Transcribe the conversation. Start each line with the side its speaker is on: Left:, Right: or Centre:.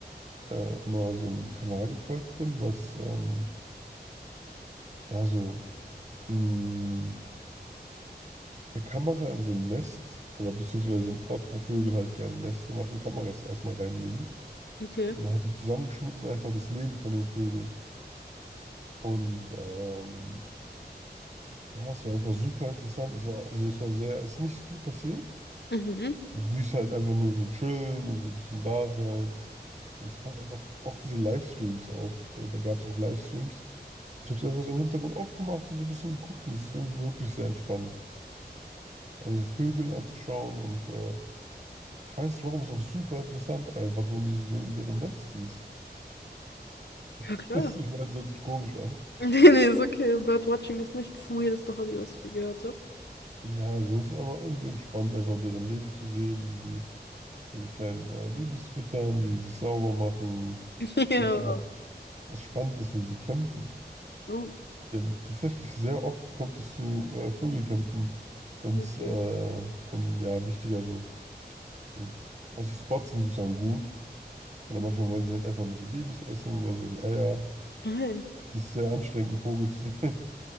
Right: äh, immer so einem Kanal gefolgt bin, was ähm, ja so mh, eine Kamera in so ein Nest oder beziehungsweise einen Ort, wo Vögel halt gerne Nester machen, Kameras erstmal reinlegen.
Left: okay.
Right: Und da hat er zusammengeschnitten einfach das Leben von den Vögeln. Und ähm, Ja, es war einfach super interessant. Es war, also es war sehr, es ist nicht viel passiert.
Left: Mhm.
Right: Du siehst halt einfach nur so chillen und so ein bisschen da sein. Und es macht einfach auch diese Livestreams auch. Da, da gab es auch Livestreams. Ich habe es einfach so im Hintergrund aufgemacht und so ein bisschen geguckt und es ist irgendwie wirklich sehr entspannt. Aber so Vögel anzuschauen und äh, ich weiß nicht warum, es ist auch super interessant einfach, wenn du sie so in deren Nest siehst.
Left: Ja, klar.
Right: <laughs> Ich
Left: <laughs>
Right: weiß, das hört sich komisch an.
Left: Nee, nee, ist okay. Birdwatching ist nicht das weirdeste Hobby, was ich je gehört habe.
Right: Ja, so ist es aber irgendwie entspannt, einfach deren Leben zu sehen, wie sie ihre kleinen äh, Babys füttern, wie sie sich sauber machen.
Left: <laughs> Ja.
Right: Vielleicht sogar was Spannendes, wenn sie kämpfen.
Left: Oh,
Right: Die haben tatsächlich sehr oft kommt es zu äh, Vögelkämpfen, wenn
Left: okay.
Right: es äh, ein ja wichtiger so, so manche Spots sind sozusagen gut. Oder manchmal wollen sie halt einfach nur die Babys essen oder so, die Eier.
Left: Nein.
Right: Das ist sehr anstrengend, ein Vogel zu sein. <laughs>